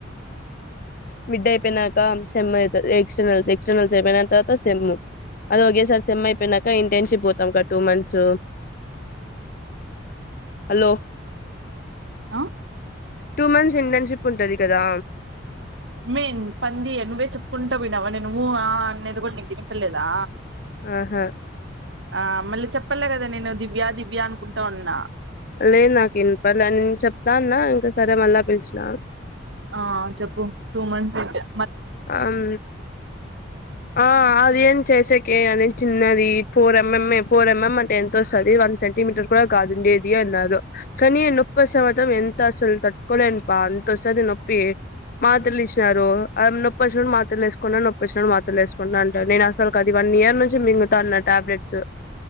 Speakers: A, on the left (about 45°); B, on the right (about 65°).
A: మిడ్ అయిపోయినాక సెమ్ అయిత, ఎక్స్టర్నల్ ఎక్స్టర్నల్స్ అయిపోయ్నక తరత సెమ్ అదొకె సార్ సెమ్ఐపోయినాక ఇంటర్న్షిప్ పోతాంక్క టూ మంత్స్ హలొ
B: అ
A: టూమంత్స్ ఇంటర్న్షిప్ ఉంటది కదా
B: మెన్ పంది నువ్వే చెప్పుకుంటవ్ వినవా నేన్ ఉ ఆ అనేది కూడ నీకు వినపలేదా
A: ఆహా
B: ఆ మళ్ళీ చెప్పలే కద నేను దివ్య దివ్య అనుకుంటా ఉన్నా
A: లేదు నాకు ఇ పల్ నేను చెప్తా అన్నా ఇంక సరే మళ్ళా పిలిచిన
B: ఆ చెప్పు టూ మంత్స్ఇంటర్
A: అం ఆ అదిఏం చేసేకె అదెం చిన్నది ఫోర్ ఎంఎంఏ ఫోర్ ఎంఎం అంటే ఎంత ఒ స్తది, వన్ సెంటీమీటర్ కూడా కాదుండేది అన్నారు కానీ నేన్ తొస్తేమాత్రం ఎంత అస్సల్ తట్టుకోలేను ప అంతొస్తది నొప్పి మాత్రలిచ్చినారు అ నొప్పొచ్చిప్డు మాత్రలేస్కున్న నొప్పొచ్చినడు మాత్రలేసుకుంట్నా అంటారు నేను అసలు అది వన్ ఇయర్ నుంచి మింగతాన్నటా టాబ్లెట్స్